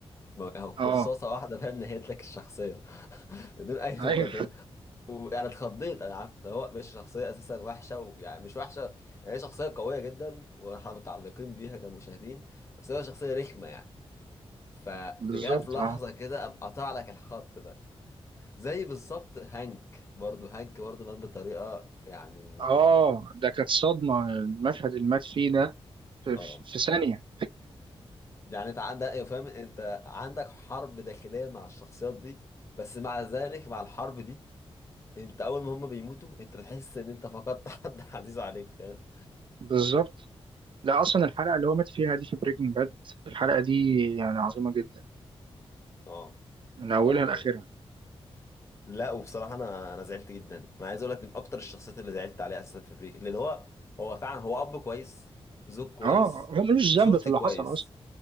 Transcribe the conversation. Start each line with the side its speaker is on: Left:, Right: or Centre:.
Left: ما- أهو
Right: اه
Left: برصاصة واحدة فاهم نهيت لك الشخصية <laughs> بدون أي
Right: ايوه
Left: مقدمة ويعني اتخضيت أنا عارف إن هو مش شخصية أساسا وحشة ويعني مش وحشة يعني هي شخصية قوية جدا وإحنا متعلقين بيها كمشاهدين بس هو شخصية رخمة يعني ففي
Right: بالظبط
Left: جاء في لحظة
Right: اه
Left: كده قام قطع لك الخط ده زي بالظبط هانك برضو هانك برضو مات بطريقة يعني
Right: اه ده كانت صدمه المشهد اللي مات فيه ده في,
Left: اه
Right: في في ثانيه
Left: يعني انت عندك أيوة، فاهم انت عندك حرب داخلية مع الشخصيات دي بس مع ذلك مع الحرب دي انت اول ما هم بيموتوا انت بتحس ان انت فقدت <laughs> حد عزيز عليك فاهم
Right: بالظبط لا اصلا الحلقه اللي هو مات فيها دي في بريكنج باد الحلقه دي يعني عظيمه جدا
Left: اه
Right: من اولها
Left: حلقة قوية
Right: لاخرها
Left: لا وبصراحة انا انا زعلت جدا انا عايز اقول لك من اكتر الشخصيات اللي زعلت عليها اساسا في بريك لان هو هو فعلا هو اب كويس زوج كويس
Right: اه هو ملوش
Left: وشرطي
Right: ذنب في اللي
Left: كويس
Right: حصل اصلا